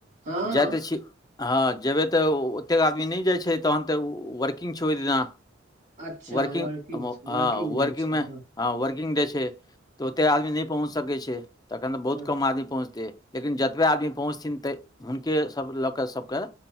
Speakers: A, on the right; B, on the left.
A: हँ
B: जा त छी। हाँ जेबै तऽ ओतेक आदमी नेय जाइ छै तहन तऽ वर्किंग छै ओय दिना।
A: अच्छा
B: वर्किंग अ माउ
A: वर्किंग
B: अ वर्किंगमे
A: डे छै हँ
B: हाँ वर्किंग डे छै तऽ ओते आदमी नेय पहुँच सकै छैय तखन तऽ बहुत
A: हँ
B: कम आदमी पहुँचतै। लेकिन जतबे आदमी पहुँचथिन तऽ हुनकेसभ लऽ कऽ सभके